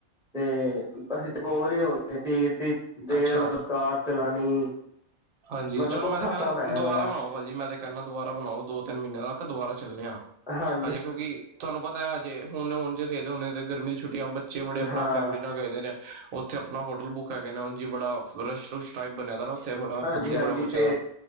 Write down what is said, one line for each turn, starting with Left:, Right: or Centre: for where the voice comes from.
Centre: ਤੇ ਅਸੀਂ ਤੇ ਬੋਰ ਹੀ ਹੋ ਗਏ ਸੀ, ਦੇਰ
Right: ਅੱਛਾ
Centre: ਮਤਲਬ ਕਾਰ ਚਲਾਣੀ।
Right: ਹਾਂਜੀ,
Centre: ਮਤਲਬ
Right: ਚਲੋ
Centre: ਔਖਾ
Right: ਮੈਂ ਤੇ ਕਹਿੰਦਾ
Centre: ਕੰਮ ਹੈਗਾ
Right: ਦੁਬਾਰਾ
Centre: ਬੜਾ
Right: ਬਣਾਓ, ਭਾਜੀ ਮੈਂ ਤੇ ਕਹਿੰਦਾ ਦੁਬਾਰਾ ਬਣਾਓ ਦੋ ਤਿੰਨ ਮਹੀਨੇ ਤੱਕ ਦੁਬਾਰਾ ਚੱਲਨੇ ਆ।
Centre: ਹਾਂ
Right: ਹਜੇ ਕਿਉਂਕਿ ਤੁਹਾਨੂੰ ਪਤਾ ਹਜੇ ਹੁਣ ਹੁਣ ਜੇ ਗਏ ਦੇ ਹੁੰਦੇ, ਤੇ ਗਰਮੀ ਦੀ ਛੁੱਟੀਆਂ ਬੱਚੇ ਬੜੇ ਆਪਣਾ
Centre: ਹਾਂ
Right: ਫੈਮਿਲੀ ਨਾਲ ਗਏ ਦੇ ਨੇ, ਉੱਥੇ ਆਪਣਾ ਹੋਟਲ ਬੁੱਕ ਹੈ, ਕਰਕੇ ਨਾ ਉਝ ਹੀ ਬੜਾ ਰਸ਼-ਰੁਸ਼ ਟਾਈਪ ਬਣਿਆ ਦਾ ਨਾ ਉੱਥੇ ਬੜਾ, ਬੰਦੇ
Centre: ਹਾਂਜੀ
Right: ਬੜਾ ਪੁੱਛਿਆ
Centre: ਤੇ
Right: ਦਾ